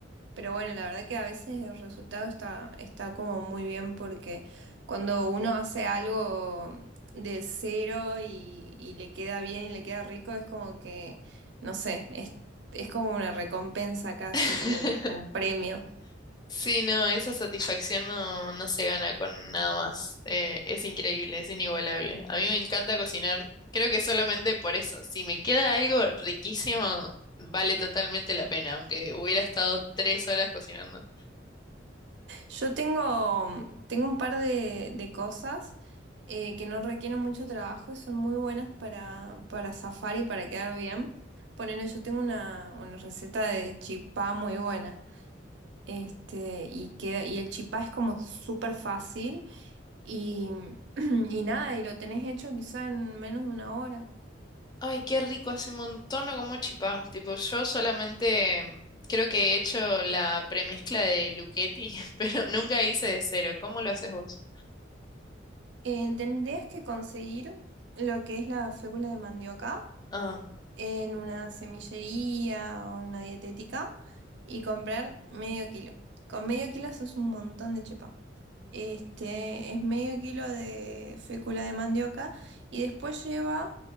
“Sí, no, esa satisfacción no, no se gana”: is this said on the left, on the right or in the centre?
Left